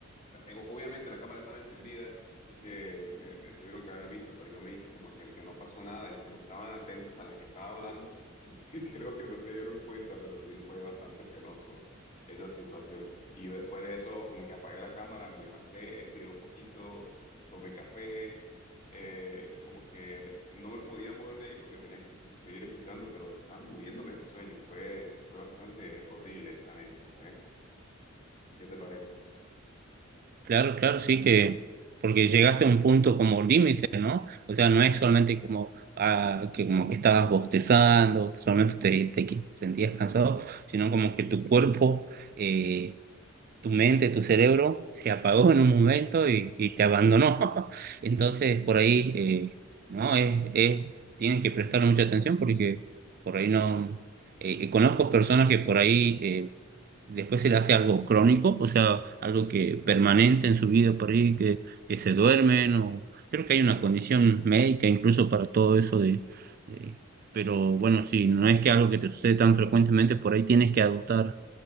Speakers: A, on the left; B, on the right.
A: sea, eh, Obviamente la cámara estaba encendida, así que me, me tuvieron que haber visto, pero yo me hice como que el que no pasó nada y como estaban atentos a la que estaba hablando, <laughs> y creo que no se dieron cuenta, pero sí fue bastante penoso esa situación. Y yo después de eso como que apagué la cámara, me levanté, estiré un poquito, tomé café, eh, como que no me podía mover de ahí porque tenía que escu- seguir escuchando, pero estaba muriéndome del sueño. Fue, fue bastante horrible esa anécdota, ¿eh? ¿Qué te parece?
B: Claro, claro, sí que, porque llegaste a un punto como límite, ¿no? O sea, no es solamente como, ah, que, como que estabas bostezando, solamente te, te qui- sentías cansado, sino como que tu cuerpo, eh, tu mente, tu cerebro se apagó en un momento y, y te abandonó. <laughs> Entonces, por ahí, eh, ¿no? Es, es- tienes que prestarle mucha atención porque por ahí no... eh, eh, conozco personas que por ahí... eh, después se le hace algo crónico, o sea, algo que permanente en su vida por ahí, que, que se duermen, o creo que hay una condición médica incluso para todo eso de, de- pero bueno, si no es que algo que te sucede tan frecuentemente, por ahí tienes que adoptar